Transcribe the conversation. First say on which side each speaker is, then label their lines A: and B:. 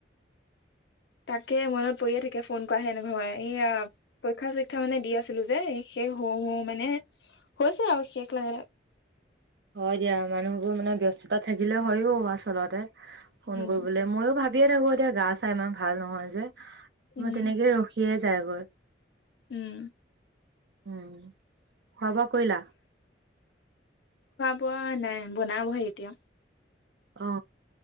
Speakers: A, on the left; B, on the right.
A: তাকে মনত পৰিয়ে থাকে ফোন ফোন কৰা হে নহেয় এয়া পৰীক্ষা চৈক্ষা মানে দি আছিলো যে, শেষ হওঁ হওঁ মানে হৈছে আৰু শেষ লাগে
B: হয় দিয়া মানুহবোৰ মানে ব্যস্ততা থাকিলে হৈও আচলতে ফোন
A: উম,
B: কৰিবলৈ মইয়ো ভাবোঁ বিয়ে থাকো এতিয়া গা চা ইমান ভাল নহয় যে
A: উম,
B: মই তেনেকে ৰখিয়েই যাগৈ
A: উম,
B: উম, খোৱা বোৱা কৰিলা?
A: পোৱা নাই বনাবহে এতিয়া
B: অ অ